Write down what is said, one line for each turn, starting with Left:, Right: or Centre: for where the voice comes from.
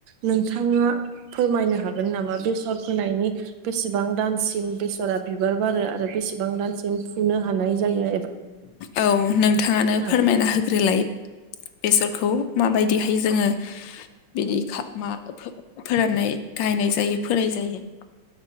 Right: नोंथाङो फोरमायनो हागोन नामा बेसर फोनायनि बेसेबां दानसिम बेसरा बार आरो बेसेबां दानसिम फुनो हानाय जायो
Left: औ नोंथाङानो
Right: एबा
Left: फोरमायना होग्रोलाय बेसरखौ माबायदिहाय जोङो बिदि मा फोराननाय गायनाय जायो फोराय जायो